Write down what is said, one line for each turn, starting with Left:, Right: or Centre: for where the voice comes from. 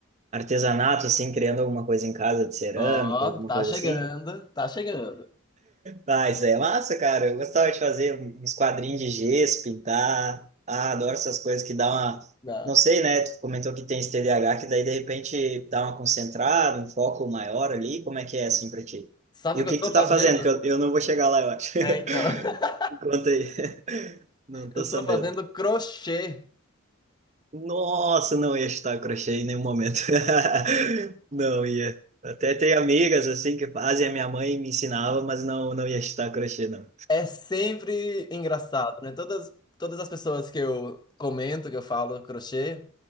Right: artesanato, assim, criando alguma coisa em casa de cerâmica,
Left: Ó,
Right: alguma
Left: tá
Right: coisa
Left: chegando,
Right: assim?
Left: tá chegando.
Right: Ah, isso aí é massa, cara. Eu gostava de fazer uns quadrinhos de gesso, pintar. Ah, adoro essas coisas que dá uma.
Left: Não.
Right: Não sei, né? Tu comentou que tem esse TDAH, que daí de repente dá uma concentrada, um foco maior ali. Como é que é assim pra ti?
Left: Sabe
Right: E
Left: o
Right: o
Left: que
Right: que
Left: eu tô
Right: que tu
Left: fazendo?
Right: tá fazendo? Que eu, eu não vou chegar lá, eu acho. <laughs>
Left: É, então. <laughs>
Right: Me Conta aí. <laughs> Não tô
Left: Eu
Right: sabendo.
Left: tô fazendo crochê.
Right: Nossa, não ia chutar crochê em nenhum momento. <laughs> Não ia. Até tem amigas assim que fazem, a minha mãe me ensinava, mas não, não ia chutar crochê, não.
Left: É sempre engraçado, né? Todas, todas as pessoas que eu comento, que eu falo crochê,